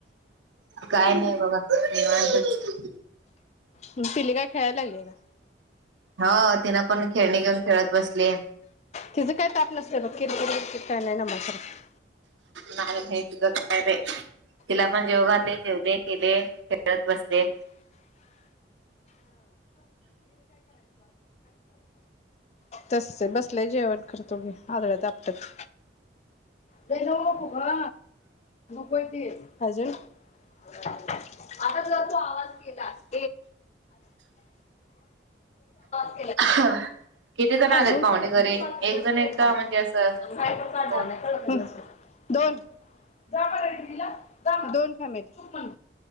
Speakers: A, on the right; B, on the left.
A: काय नाय बघा निवांतच
B: तू पिली काय? खेळायला लागलीय का?
A: हो तिन पण खेळणी घेऊन खेळत..... बसले
B: तिचं काय ताप नसतय बघ किरकिरकिर काय नाय नमा सारखं
A: नाही <inaudible>
B: <inaudible>
A: घातले, जेवले, केले, खेळत बसले.
B: तस बसलंय जेवत करतोे बी आदळत आपटत. <inaudible> दे नव्ह फुगा. कोणतेय अजून आता जर तो आवाज केलास..... <inaudible>
A: अह किती जण आलेत
B: अजून
A: पाहुणे घरी
B: बाथरूम मध्ये
A: एक जण येत
B: तोडणार
A: म्हणजे
B: आहे.
A: असं
B: आणि बाहेर
A: कोण?
B: पण काढणार नाही दोन जा म्हण दीदी ला जा दोन <inaudible> फॅमली तू पण